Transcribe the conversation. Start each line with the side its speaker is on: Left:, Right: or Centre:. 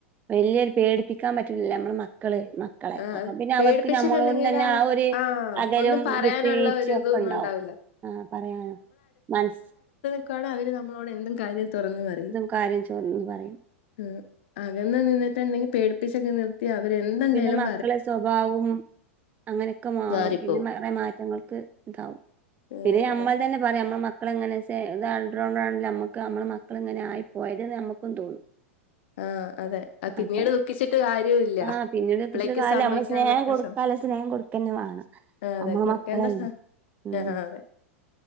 Right: വലിയൊരു പേടിപ്പിക്കാൻ പറ്റൂല്ലല്ലോ നമ്മെ മ മക്കള് മക്കളെ
Left: ആഹ്
Right: അപ്പൊ പിന്നെ
Left: പേടിപ്പിച്ചിട്ടുണ്ടെങ്കിൽ
Right: അവർക്ക് നമ്മളോട് തന്നെ ആ ഒരു
Left: ആഹ്
Right: അകലും
Left: ഒന്നും പറയാനുള്ള
Right: വിട്ടുവീഴ്ച്ചയും
Left: ഒരു
Right: ഒക്കെ
Left: ഇതൊന്നും
Right: ഉണ്ടാവും
Left: ഉണ്ടാവില്ല
Right: ആ പറയാനോ മനസ്സ
Left: ക്കുവാണേ അവര് നമ്മളോട് എന്തും കാര്യം തുറന്ന് പറയും
Right: കാര്യം ചോർന്ന് പറയും.
Left: ആഹ് അകന്ന് നിന്നിട്ടുണ്ടെ പേടിപ്പിച്ചൊക്കെ നിർ അവര് എന്തുണ്ടായാലും
Right: പിന്നെ മക്കളെ സ്വഭാവവും അങ്ങനെയൊക്കെ മാറും
Left: മാറിപ്പോവും
Right: പിന്നെ വേറെ മാറ്റങ്ങൾക്ക് ഇതാവും
Left: ഏഹ്
Right: പിന്നെ നമ്മൾ
Left: അതെ
Right: തന്നെ പറ നമ്മ മക്കളെങ്ങനെ ചേ ഇ <unintelligible> നമ്മുക്ക് നമ്മടെ മക്കൾ ഇങ്ങനെ ആയി പോയതെന്ന് നമ്മുക്കും തോന്നും
Left: ആഹ അതെ അ പിന്നീട്
Right: അപ്പൊ
Left: ദുഃഖിച്ചിട്ട് കാര്യവും ഇല്ല
Right: ആഹ് പിന്നീട്
Left: അപ്പളേക്ക്
Right: ഇച്ചിരി കാലം
Left: സംഭവിക്കാനുള്ളൊക്കെ
Right: നമ്മള് സ്നേഹം കൊടുക്കാല്ല
Left: സം
Right: സ്നേഹം കൊടുക്കന്നെ വേണം.
Left: അതെ
Right: നമ്മളെ
Left: കൊടുക്കേണ്ട
Right: മക്കളല്ലേ ഉം.
Left: ആ ആ അതെ